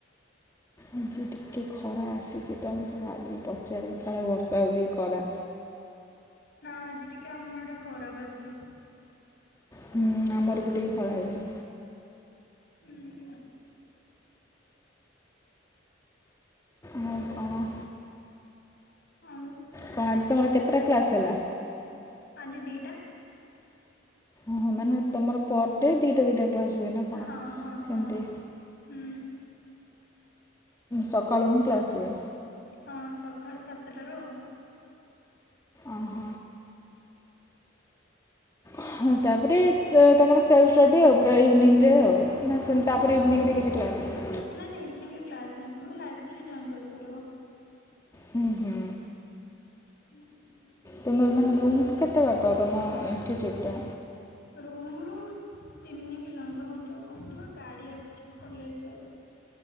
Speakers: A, on the left; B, on the left.
A: ଆଜି ଟିକେ ଖରା ଆସିଚି ତ ମୁଁ ସେଇଆ ଭାବିଲି ପଚାରେ କାଳେ ବର୍ଷା ହଉଚି କି ଖରା।
B: ନାଁ ଆଜି ଟିକେ ଆମ ଆଡ଼େ ଖରା କରିଚି।
A: ହୁଁ ଆମର ବି ଟିକେ ଖରା ହେଇଚି।
B: ଉଁ ହୁଁ।
A: ମୁଁ କଣ
B: ଆଉ
A: କଣ ଆଜି ତମର କେତେଟା କ୍ଲାସ୍ ହେଲା?
B: ଆଜି ଦିଟା।
A: ଓହୋ ମାନେ ତମର ପର ଡେ ଦିଇଟା ଦିଇଟା କ୍ଲାସ୍ ହୁଏ ନାଁ କଣ
B: ହଁ ହଁ ହଁ
A: କେମତି?
B: ହୁଁ।
A: ସକାଳୁ ହିଁ କ୍ଲାସ ହୁଏ।
B: ହଁ ସଖାଳୁ ସାତେଟାରୁ ଆଉ।
A: ଅହ। ହ ତାପରେ ତ ତମର ସେଲ୍ଫ ଷ୍ଟଡ଼ି ଆଉ ପୁରା ଇଭିନିଂ ଯାଏ ଆଉ। ନାଁ ସେମ୍ ତାପରେ ଇଭିନିଂରେ କିଛି କ୍ଲାସ୍ ନାହିଁ।
B: ନାଁ ନାଁ ଇଭିନିଂରେ କ୍ଲାସ୍ ନାହିଁ ତମେ ଲାଇବ୍ରେରୀ ଜଏନ୍ କରିପାରିବ।
A: ହୁଁ ହୁଁ।
B: <unintelligible>
A: ତୁମର ମାନେ ରୁମ୍ ଠୁ କେତେ ବାଟ ତମ ଇନଷ୍ଟିଚ୍ୟୁଟ ଟା?
B: ରୁମରୁ ତିନି କିଲୋମିଟର ଖଣ୍ଡେ ହବ। ଆମର ଗାଡ଼ି ଆସୁଚି କଲେଜ ଗାଡ଼ି।